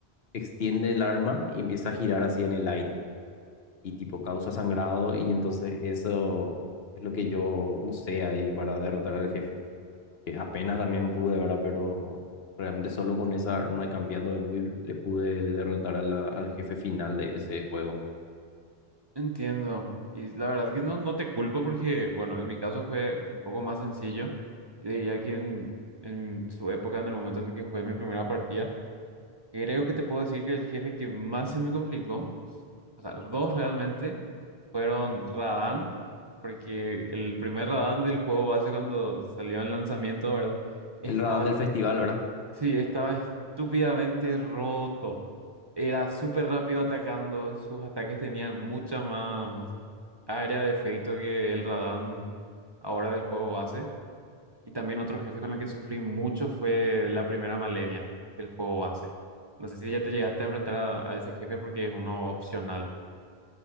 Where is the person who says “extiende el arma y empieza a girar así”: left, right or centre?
Left